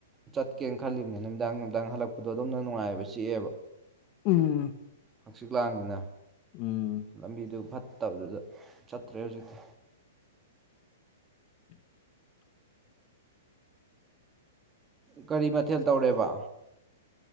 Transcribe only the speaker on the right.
ꯆꯠꯀꯦꯅ ꯈꯜꯂꯤꯕꯅꯤ ꯅꯨꯃꯤꯗꯥꯡ ꯅꯨꯃꯤꯗꯥꯡ ꯍꯜꯂꯛꯄꯗꯣ ꯑꯗꯨꯝꯅ ꯅꯨꯡꯉꯥꯏꯕ ꯆꯤꯛꯑꯦꯕ
ꯍꯛꯆꯤꯛ ꯂꯥꯡꯉꯤꯅ
ꯂꯝꯕꯤꯗꯨ ꯐꯠꯇꯕꯗꯨꯗ ꯆꯠꯇ꯭ꯔꯦ ꯑꯣꯏꯖꯤꯛꯇꯦ
ꯀꯔꯤ ꯃꯊꯦꯜ ꯇꯧꯔꯦꯕ